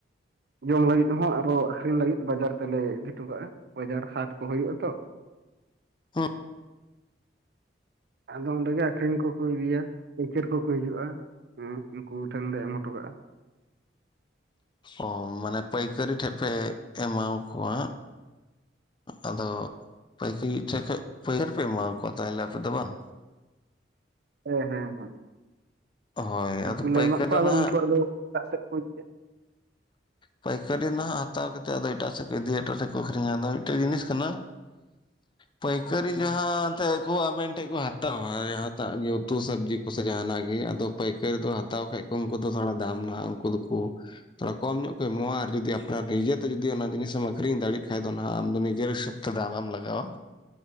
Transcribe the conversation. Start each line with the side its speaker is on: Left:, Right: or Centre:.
Right: ᱡᱚᱢ ᱞᱟᱹᱜᱤᱫ ᱦᱚᱸ ᱟᱨᱚ ᱟᱹᱠᱷᱨᱤᱧ ᱞᱟᱹᱜᱤᱫ ᱵᱟᱡᱟᱨ ᱛᱮᱞᱮ ᱤᱫᱤ ᱦᱚᱴᱚ ᱠᱟᱜᱼᱟ᱾ ᱵᱟᱡᱟᱨ ᱦᱟᱴ ᱠᱚ ᱦᱩᱭᱩᱜᱼᱟ ᱛᱚ᱾
Left: ᱦᱩᱸ
Right: ᱟᱫᱚ ᱚᱸᱰᱮ ᱜᱮ ᱟᱠᱷᱨᱤᱧ ᱠᱚᱠᱚ ᱤᱫᱤᱭᱟ ᱯᱟᱹᱭᱪᱟᱹᱨ ᱠᱚ ᱠᱚ ᱦᱤᱡᱩᱜᱼᱟ᱾ ᱦᱩᱸ ᱩᱱᱠᱩ ᱴᱷᱮᱱ ᱞᱮ ᱮᱢ ᱦᱚᱴᱚ ᱠᱟᱜᱼᱟ᱾
Left: ᱚ ᱢᱟᱱᱮ ᱯᱟᱹᱭᱠᱟᱹᱨᱤ ᱴᱷᱮᱡ ᱯᱮ ᱮᱢᱟᱣ ᱠᱚᱣᱟ᱾ ᱟᱫᱚ ᱯᱟᱹᱭᱠᱟᱹᱨᱤ ᱴᱷᱮᱡ ᱠᱷᱚᱡ ᱯᱟᱹᱭᱠᱟᱹᱨ ᱯᱮ ᱮᱢᱟᱣᱟ ᱠᱚᱣᱟ ᱛᱟᱦᱚᱞᱮ ᱟᱯᱮ ᱫᱚ ᱵᱟᱝ?
Right: ᱦᱮᱸ ᱦᱮᱸ ᱦᱮᱸ᱾
Left: ᱦᱳᱭ ᱟᱫᱚ
Right: ᱩᱱᱠᱩ ᱞᱮ
Left: ᱯᱟᱹᱭᱠᱟᱹᱨᱤ
Right: ᱮᱢᱟᱫ ᱠᱚᱣᱟ ᱟᱫᱚ
Left: ᱱᱟᱦᱟᱜ
Right: ᱩᱱᱠᱩ ᱟᱫᱚ ᱫᱟᱜ ᱥᱮᱫ ᱠᱚ ᱤᱫᱤᱭᱟ᱾
Left: ᱯᱟᱹᱭᱠᱟᱹᱨᱤ ᱱᱟᱦᱟᱜ ᱦᱟᱛᱟᱣ ᱠᱟᱛᱮᱫ ᱟᱫᱚ ᱮᱴᱟᱜ ᱥᱮᱫ ᱠᱚ ᱤᱫᱤᱭᱟ ᱮᱴᱟᱜ ᱥᱮᱫ ᱠᱚ ᱟᱹᱠᱷᱨᱤᱧᱟ ᱟᱫᱚ ᱢᱤᱫᱴᱮᱡ ᱡᱤᱱᱤᱥ ᱠᱟᱱᱟᱼᱼ ᱯᱟᱹᱭᱠᱟᱹᱨᱤ
Right: ᱦᱮᱸ
Left: ᱡᱟᱦᱟᱸᱼᱼ ᱛᱮ ᱟᱹᱜᱩ ᱟᱵᱮᱱ ᱴᱷᱮᱡ ᱠᱚ ᱦᱟᱛᱟᱣᱟ ᱡᱟᱦᱟᱸᱴᱟᱜ ᱜᱮ ᱩᱛᱩ ᱥᱚᱵᱽᱡᱤ ᱠᱚᱥ ᱡᱟᱦᱟᱱᱟᱜ ᱜᱮ ᱟᱫᱚ ᱯᱟᱹᱭᱠᱟᱹᱨᱤ ᱫᱚᱼᱼ ᱦᱟᱛᱟᱣ ᱠᱷᱟᱡ ᱠᱚ ᱩᱱᱠᱩ ᱫᱚ ᱛᱷᱚᱲᱟ ᱫᱟᱢ ᱱᱟ ᱩᱱᱠᱩ ᱫᱚᱠᱚᱼᱼ ᱛᱷᱚᱲᱟ ᱠᱚᱢ ᱧᱚᱜ ᱠᱚ ᱮᱢᱚᱜᱼᱟ ᱟᱨ ᱡᱩᱫᱤ ᱟᱯᱱᱟᱨ ᱱᱤᱡᱮ ᱛᱮ ᱡᱩᱫᱤ ᱚᱱᱟ ᱡᱤᱱᱤᱥᱮᱢ ᱟᱠᱷᱨᱤᱧ ᱫᱟᱲᱮᱜᱼᱼ ᱠᱷᱟᱢ ᱫᱚ ᱚᱱᱟ ᱟᱢᱫᱚ ᱱᱤᱡᱮᱨ ᱦᱤᱥᱟᱹᱵ ᱛᱮ ᱫᱟᱢ ᱮᱢ ᱞᱟᱜᱟᱣᱟ